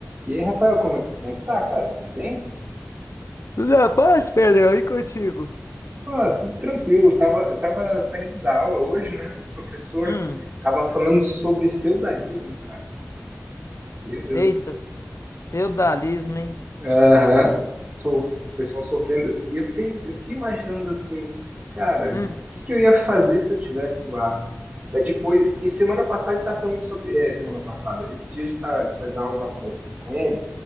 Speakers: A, on the right (about 35°); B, on the left (about 70°).
A: E aí, Rafael, como é, como é que tá, cara? Tudo bem?
B: Tudo na paz, Pedrão, e contigo?
A: Ah, tudo tranquilo. Eu tava, eu tava saindo da aula hoje, né? O professor
B: Hum,
A: tava falando sobre feudalismo, cara. Meu Deus,
B: eita, feudalismo, hein?
A: Aham, sof- o pessoal sofrendo. E eu fiquei, eu fiquei imaginando assim, cara,
B: Hum,
A: o que, que eu ia fazer se eu tivesse lá? Daí depois, porque semana passada ele tá falando sobre. É, semana passada. Esses dias a gente tá, depois da aula, eu tava conversando com ele,